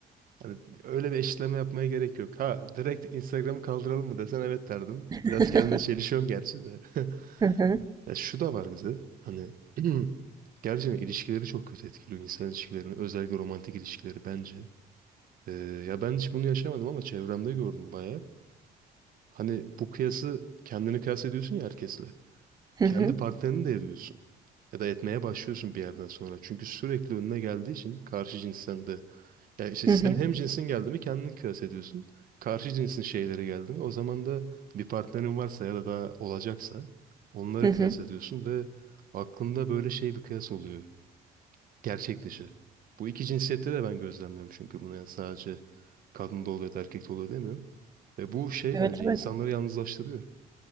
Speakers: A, on the right; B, on the right.
A: Hani öyle bir eşitleme yapmaya gerek yok. Ha direkt Instagram'ı kaldıralım mı desen evet derdim.
B: <laughs>
A: Biraz kendime çelişiyorum gerçi de. <laughs>
B: Hı hı.
A: Ya şu da var bize. Hani <clears throat> gerçekten ilişkileri çok kötü etkiliyor. İnsan ilişkilerini. Özellikle romantik ilişkileri bence. Ee, ya ben hiç bunu yaşamadım ama çevremde gördüm bayağı. Hani bu kıyası kendini kıyas ediyorsun ya herkesle.
B: Hı
A: Kendi
B: hı.
A: partnerini de ediyorsun. Ya da etmeye başlıyorsun bir yerden sonra. Çünkü sürekli önüne geldiği için karşı cinsten de ya işte
B: Hı
A: sen
B: hı.
A: hem cinsin geldi mi kendini kıyas ediyorsun. Karşı cinsin şeyleri geldi mi o zaman da bir partnerin varsa ya da daha olacaksa onları
B: Hı hı.
A: kıyas ediyorsun ve aklında böyle şey bir kıyas oluyor. Gerçek dışı. Bu iki cinsiyette de ben gözlemliyorum çünkü bunu yani sadece kadında oluyor ya da erkekte oluyor demiyorum. Ve bu şey
B: Evet
A: bence
B: evet.
A: insanları yalnızlaştırıyor.